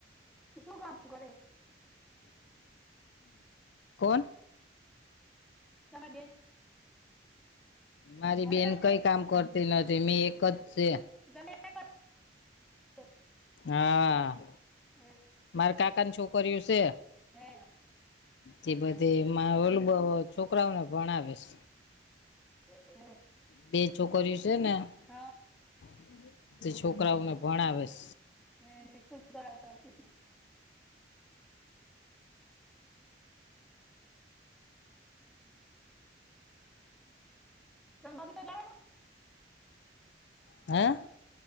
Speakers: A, in the centre; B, on the left.
A: એ શું કામ કરે.?
B: <inaudible> કોણ?
A: તમાર બેન
B: મારી
A: ભણેલા
B: બેન
A: છે
B: કઈ કામ કરતી નથી. મેં એક જ છે.
A: તમે કઈ બાજ સો. <inaudible>
B: હા
A: એ
B: મારે કાકાન છોકરીયું સે.
A: હે.
B: તે બધી મા ઓલું છોકરાઓને ભણાવેશ.
A: હે.
B: બે છોકરીઓ છે ને, <unintelligible>
A: હા
B: તે છોકરાઓને ભણાવેસ.
A: હે ઇસ્કુલ ભરાવતા હશે.? તમ <unintelligible> તા લાવના.
B: હે